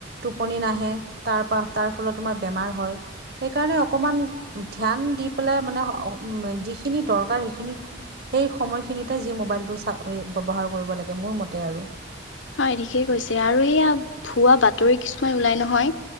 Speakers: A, on the right (about 55°); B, on the left (about 85°).
A: টোপনি নাহে তাৰ পৰা তাৰ ফলত তোমাৰ বেমাৰ হয় সেইকাৰণে অকমান ধ্যান দি পেলাই মানে যিখিনি দৰকাৰ সেইখিনি সেই সময়খিনিতে যি মোবাইলটো চ ব্যৱহাৰ কৰিব লাগে মোৰ মতে আৰু
B: হয় ঠিকেই কৈছে আৰু সেয়া ভুৱা বাতৰি কিছুমান ওলাই নহয়